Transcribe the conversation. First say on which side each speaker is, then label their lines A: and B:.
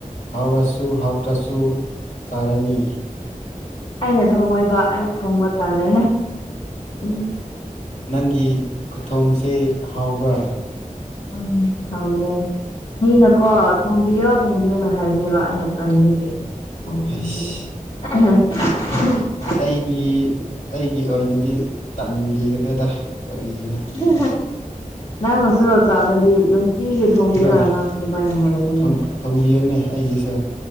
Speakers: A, on the left (about 60°); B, on the left (about 40°).
A: ꯍꯥꯎꯔꯁꯨ ꯍꯥꯎꯇ꯭ꯔꯁꯨ ꯆꯥꯔꯅꯤ
B: ꯑꯩꯅ ꯊꯣꯡꯉꯣꯏꯕ ꯑꯩ ꯊꯣꯡꯕ ꯇꯜꯂꯦ ꯎꯝ
A: ꯅꯪꯒꯤ ꯈꯨꯊꯣꯡꯁꯦ ꯍꯥꯎꯕ꯭ꯔꯥ
B: ꯎꯝ ꯍꯅꯦ ꯃꯤ ꯅ ꯀꯣꯋꯥ ꯊꯣꯡꯝꯕꯤꯌꯣ ꯊꯣꯡꯕꯤꯌꯣꯅ ꯍꯥꯏꯕꯅꯦꯕ ꯑꯩꯅ ꯇꯅꯤꯡꯒꯤ ꯍ
A: ꯍꯩꯁ ꯑꯩꯒꯤ ꯑꯩꯒꯤ ꯑꯣꯏꯅꯗꯤ ꯇꯟꯕꯤꯒꯅꯤꯗ ꯀꯔꯤꯒꯤꯅ
B: ꯎ ꯅꯁꯨ ꯁꯔꯗꯤ ꯆꯤꯒ ꯊꯣꯡꯕ
A: ꯀꯣ
B: ꯌꯥ ꯅꯪ ꯑꯗꯨꯃꯥꯏꯅ ꯍꯥꯏꯔꯛꯀꯅꯤ
A: ꯊꯣꯡ ꯊꯣꯡꯕꯤꯌꯨꯅꯦ ꯑꯩꯒꯤꯁꯨ